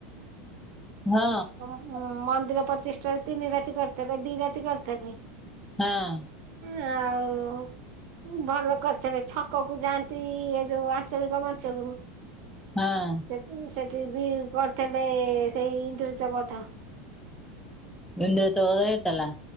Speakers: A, in the centre; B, on the right.
A: ହଁ।
B: ହଁ ମନ୍ଦିର ପଚିଶିଟାରେ ତିନି ରାତି କରିଥିଲେ ଦି ରାତି କରିଥିଲେ।
A: ହଁ।
B: ଆଉ ଭଲ କରିିଛନ୍ତି ଛକକୁୁ ଯାଆନ୍ତି ଏ ଯୋଉ ଆଞ୍ଚଳିକ ମଞ୍ଚକୁ।
A: ହଁ।
B: ସେ ସେଠି ବି କରିଥିଲେ ସେଇ ଇନ୍ଦ୍ରଜ ବଧ।
A: ଇନ୍ଦ୍ରଜିତ୍ ବଧ ହେଇଥିଲା।